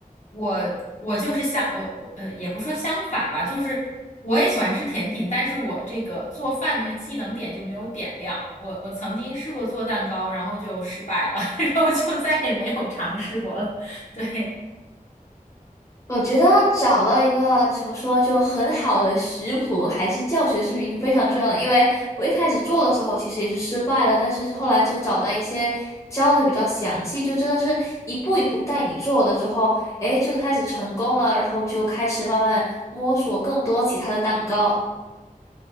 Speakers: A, on the left; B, on the left.
A: 我我就是相我我呃，也不说相反吧，就是我也喜欢吃甜品，但是我这个做饭那个技能点就没有点亮。我我曾经试过做蛋糕，然后就失败了，<laughs> 然后就再也没有尝试过了。对，
B: 我觉得找到一个怎么说就很好的食谱还是教学视频是非常重要的，因为我一开始做的时候其实也是失败了，但是后来就找到一些教的比较详细，就真的是一步一步带你做的之后，诶，就开始成功了，然后就开始慢慢摸索更多其他的蛋糕